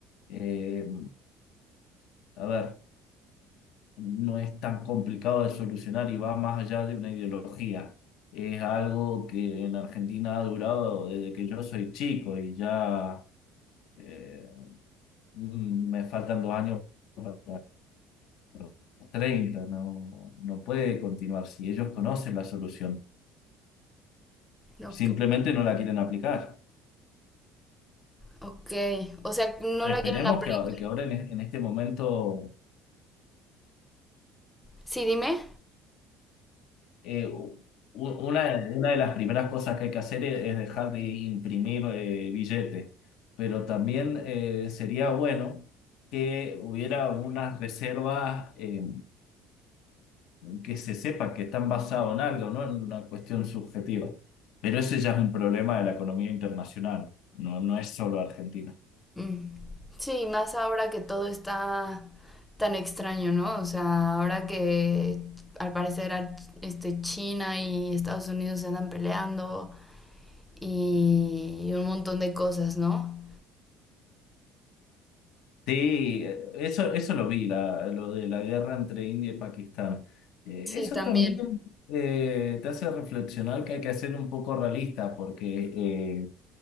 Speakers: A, on the left (about 70°); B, in the centre.
A: eh, a ver. no es tan complicado de solucionar y va más allá de una ideología. Es algo que en Argentina ha durado desde que yo soy chico y ya eh, mm, me faltan dos años para los 30. No, no puede continuar si ellos conocen la solución.
B: Ok,
A: Simplemente no la quieren aplicar.
B: Ok, o sea, no
A: Esperemos
B: la quieren aplicar.
A: que, a- que ahora en, e- en este momento
B: Sí, dime.
A: Eh, u- una, una de las primeras cosas que hay que hacer es, es dejar de imprimir eh, billetes, pero también eh, sería bueno que hubiera unas reservas eh, que se sepa que están basadas en algo, no en una cuestión subjetiva. Pero ese ya es un problema de la economía internacional, no, no es solo Argentina.
B: Mm. Sí, más ahora que todo está tan extraño, ¿no? O sea, ahora que al parecer a- este, China y Estados Unidos se andan peleando y un montón de cosas, ¿no?
A: Sí, eh, eso, eso lo vi, la, lo de la guerra entre India y Pakistán. Eh,
B: Sí,
A: eso
B: también.
A: también eh, te hace reflexionar que hay que ser un poco realista, porque eh,